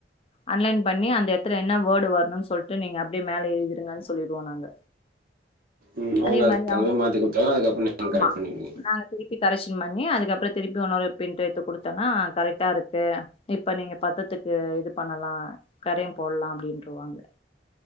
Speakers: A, on the left; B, on the right.
A: அன்லைன் பண்ணி அந்த எடத்துல என்ன வேர்டு வரணுன்னு சொல்ட் ட்ரு நீங்க அப்டியே மேல எழுதிருங்கன்னு சொல்லிடுவோ நாங்க
B: ம் அவுங்க
A: அதே
B: அதுக்
A: மாரி
B: தகுந்தமேரி
A: அவங்க
B: மாத்திக் குடுத்துருவாங்க அதுக்கப்புற நீங்க
A: ஆமா
B: கரெக்ட் பண்ணிடுவீங்க
A: நாங்க திருப்பி கரெக்ஷன் பண்ணி அதுக்கப்புற திருப்பி உன்னோரு பிரிண்ட்டு எடுத்து குடுத்தேன்னா கரெக்டா இருக்கு இப்ப நீங்க பத்தத்துக்கு இது பண்ணலா கரையும் போட்லா அப்டின்ருவாங்க